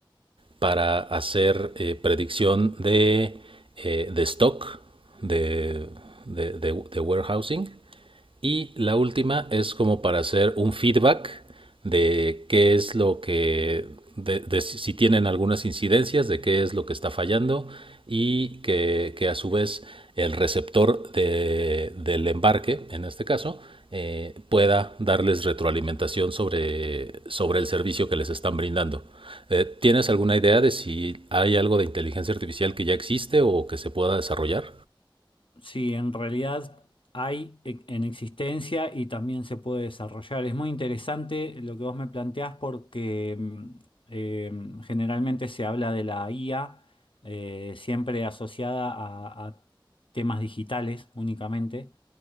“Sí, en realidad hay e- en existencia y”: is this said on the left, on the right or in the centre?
Left